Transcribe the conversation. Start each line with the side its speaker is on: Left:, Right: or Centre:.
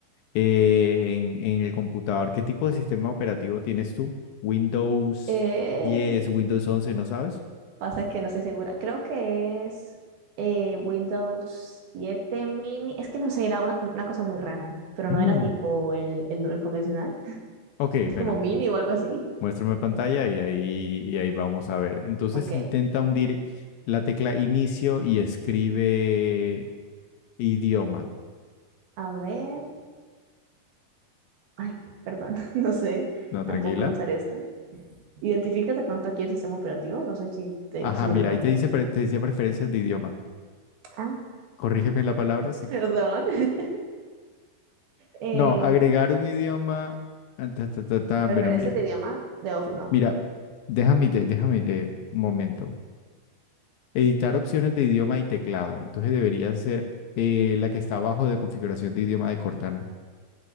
Left: eh, en, en el computador. ¿Qué tipo de sistema operativo tienes tú? Windows
Right: Eh,
Left: 10, Windows 11, ¿no sabes?
Right: Pasa que no estoy segura. Creo que es eh, Windows 7 mini. Es que no sé, era una, co- una cosa muy rara, pero
Left: Mm,
Right: no era tipo el, el, el convencional.
Left: Ok,
Right: Es
Left: bueno,
Right: Ok. como Ok. mini o algo así.
Left: Muéstrame pantalla y ahí, y ahí vamos a ver. Entonces
Right: Ok,
Left: intenta hundir la tecla inicio y escribe idioma.
Right: a ver. Ay, perdón, <laughs> no sé.
Left: No,
Right: Tampoco
Left: tranquila.
Right: usar esta. Identificas de pronto aquí el sistema operativo. No sé si, te,
Left: Ajá,
Right: si lo
Left: mira,
Right: reconoces.
Left: ahí te dice, pre- te decía preferencias de idioma.
Right: Ah,
Left: Corrígeme la palabra. Sí.
Right: perdón. <laughs> Eh,
Left: No, agregar
Right: No.
Left: un idioma. ah, ta, ta, ta, ta.
Right: preferencias
Left: Bueno, mira.
Right: de idioma de Office, no.
Left: Mira, déjame, te- déjame te- un momento. Editar opciones de idioma y teclado. Entonces debería ser eh, la que está abajo de configuración de idioma de Cortana.